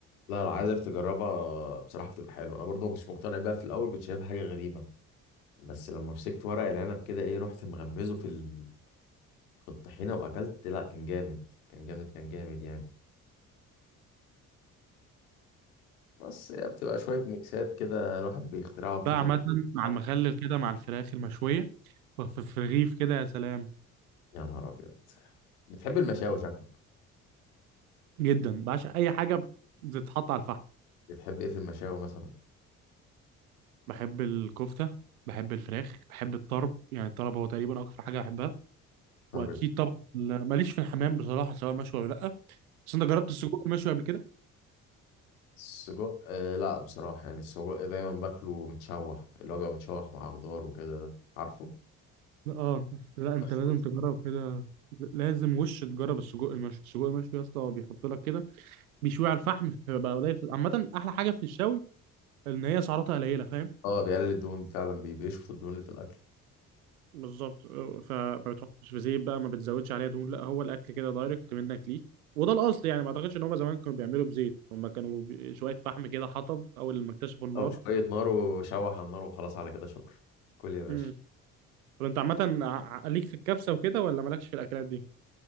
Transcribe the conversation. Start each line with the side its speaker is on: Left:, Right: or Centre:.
Left: لا لا عايزك تجربها بصراحه بتبقى حلوه انا برضو ما كنتش مقتنع بيها في الاول كنت شايفها حاجه غريبه بس لما مسكت ورق العنب كده ايه رحت مغمزه في ال... في الطحينه واكلت لا كان جامد كان جامد كان جامد يعني بس هي بتبقى شويه ميكسات كده الواحد بيخترعها وبتطلع
Right: بقى عامة مع
Left: بصراحه
Right: المخلل كده مع الفراخ المشوية في في رغيف كده يا سلام
Left: يا نهار ابيض بتحب المشاوي شكلك
Right: جدا بعشق أي حاجة بتتحط على الفحم
Left: بتحب ايه في المشاوي مثلا
Right: بحب الكفتة بحب الفراخ بحب الطرب يعني الطرب هو تقريبا أكتر حاجة بحبها
Left: طرب
Right: وأكيد طبعا ال- ماليش في الحمام بصراحة سواء مشوي ولا لأ بس أنت جربت السجق المشوي قبل كده؟
Left: السجق آه لا بصراحة يعني السجق دايما باكله متشوح اللي هو بيبقى متشوح مع خضار وكده ده عارفه؟
Right: لا اه بس لا أنت
Left: مشكوك.
Right: لازم تجرب كده لازم وش تجرب السجق المشوي السجق المشوي يا اسطى هو بيحط لك كده بيشوي على الفحم فبقى قليل عامة أحلى حاجة في الشوي إن هي سعراتها قليلة فاهم؟
Left: اه بيقلل الدهون فعلا بي- بيشفط الدهون اللي في الأكل
Right: بالظبط آه، فما بتحطش في زيت بقى ما بتزودش عليها دهون لا هو الاكل كده دايركت منك ليه وده الاصل يعني ما اعتقدش ان هم زمان كانوا بيعملوا بزيت هم كانوا ب- شويه فحم كده حطب اول لما اكتشفوا النار
Left: أو شوية نار وشوح على النار وخلاص على كده شكرا كل يا باشا
Right: امم طب انت عامه ع- ع- ليك في الكبسه وكده ولا مالكش في الاكلات دي